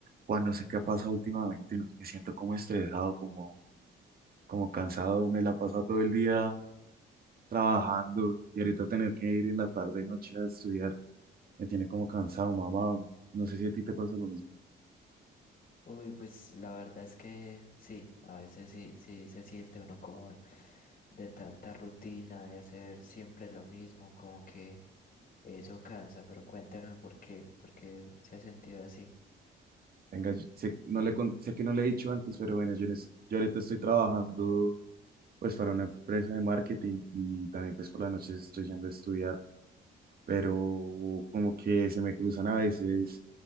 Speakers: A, on the right (about 50°); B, on the left (about 45°).
A: Juan, no sé qué ha pasado últimamente, no, sé, me siento como estresado, como, como cansado, me la paso todo el día trabajando y ahorita tener que ir en la tarde, y noche a estudiar, me tiene como cansado, mamá, no sé si a ti te pasa lo mismo.
B: Uy, pues la verdad es que sí, a veces sí, sí se siente uno como de tanta rutina, de hacer siempre lo mismo, como que eso cansa, pero cuéntame por qué, por qué se ha sentido así.
A: Venga, yo- sé, no le, con- sé que no le he dicho antes, pero bueno, yo, en es- yo ahorita estoy trabajando pues para una empresa de marketing y también pues por las noches estoy yendo a estudiar, pero como que se me cruzan a veces